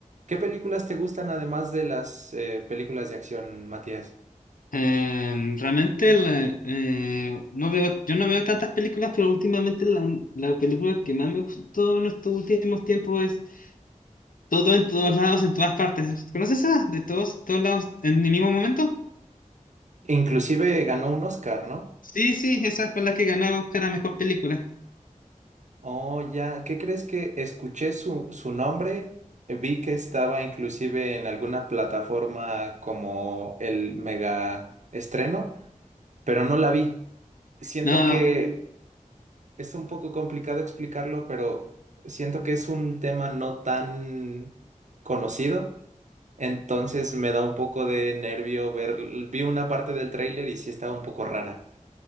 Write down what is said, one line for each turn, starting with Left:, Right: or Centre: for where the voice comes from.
Right: ¿Qué películas te gustan además de las eh, películas de acción, Matías?
Left: Eh, realmente la- eh, no veo, yo no veo tantas películas, pero últimamente la, un- la película que más me gustó en estos últimos tiempos es Todo en todos lados, en todas partes. ¿Conoces esa? De todos, todos lados, en el mismo momento.
Right: Inclusive ganó un Oscar, ¿no?
Left: Sí, sí, esa fue la que ganó a buscar a mejor película.
Right: Oh, ya, ¿qué crees que escuché su, su nombre? Vi que estaba inclusive en alguna plataforma como el mega estreno, pero no la vi. Siento
Left: No,
Right: que es un poco complicado explicarlo, pero siento que es un tema no tan conocido. Entonces me da un poco de nervio ver, vi una parte del tráiler y sí estaba un poco rara.